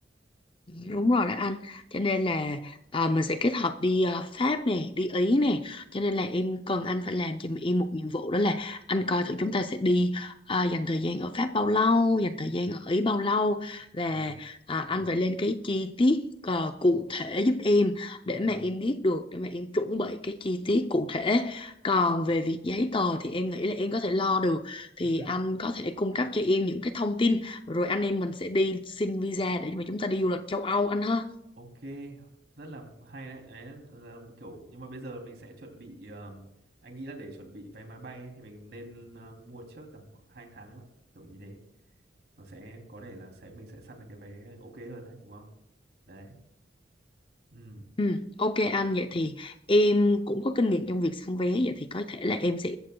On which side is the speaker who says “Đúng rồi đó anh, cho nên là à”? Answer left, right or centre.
Left